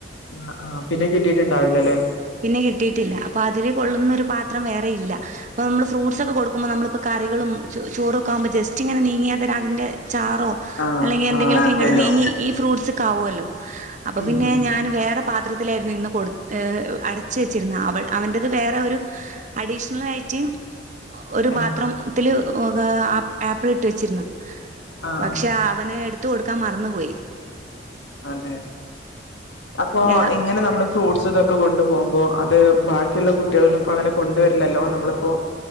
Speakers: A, on the left; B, on the right.
A: അഹ് അഹ് പിന്നെ കിട്ടിയിട്ടുണ്ടാവില്ലല്ലെ
B: പിന്നെ കിട്ടിയിട്ടില്ല. അപ്പൊ അതില് കൊള്ളുന്നൊരു പാത്രം വേറെ ഇല്ല. അപ്പൊമ്മള് ഫ്രൂട്ട്സ് ഒക്കെ കൊടുക്കുമ്പോ നമ്മള്പ്പ കറികളും ചൊ ചോറൊക്കൊവുമ്പോ ജസ്റ്റ് ഇങ്ങനെ നീങ്ങിയാത്തന്നെ അതിൻ്റെ ചാറോ
A: ആഹ്
B: അല്ലെങ്കി എന്തെങ്കിലൊക്കെങ്ങ്ട്ട്
A: ആവല്ലോ
B: നീങ്ങി ഈ ഫ്രൂട്ട്സ്സ്ക്കാവൊല്ലോ അപ്പോപിന്നെ
A: ഉം ഉം
B: ഞാന് വേറെപാത്രത്തിലെര്ന്നു ഇന്ന് കൊട് ഹെ അട ച്ച് വെച്ച്ര്ന്നെ. അവൾ അവന്റെത് വേറെ ഒരു അഡീഷ്ണ്ലായിറ്റ് ഒരുപാത്രം
A: ആഹ്
B: ത്തിൽ ത്തിൽ ആപ്പ്‌ ആപ്പിൾട്ട് വെച്ചിര്ന്നു
A: ആഹ്
B: പക്ഷെ
A: ആഹ്
B: അവന് എടുത്ത് കൊട്ക്കാൻ മറന്ന് പോയി
A: അതെ അപ്പൊ
B: ആ
A: എങ്ങനെ നമ്മള് ഫ്രൂട്ട്സ് ഇതൊക്കെ കൊണ്ടു പോവുമ്പോ അത് ബാക്കിള്ള കുട്ടികളൊന്നുംപ്പ അങ്ങനെ കൊണ്ട് വര്ലല്ലോ നമ്മള്പ്പോ